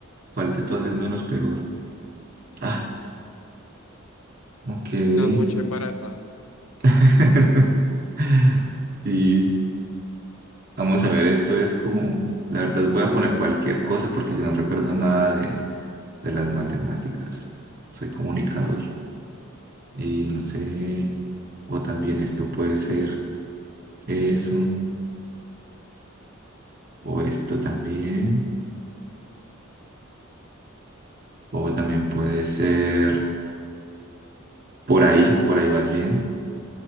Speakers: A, on the right (about 45°); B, on the left (about 85°).
A: ¿Cuál de todas es menos peor? Ah, ok.
B: Una mocha embarazada.
A: <laughs> Sí. Vamos a ver, esto es como, la verdad voy a poner cualquier cosa porque yo no recuerdo nada de, de las matemáticas. Soy comunicador y no sé, o también esto puede
B: Ok,
A: ser eso, o esto también, o también puede ser por ahí, por ahí vas bien.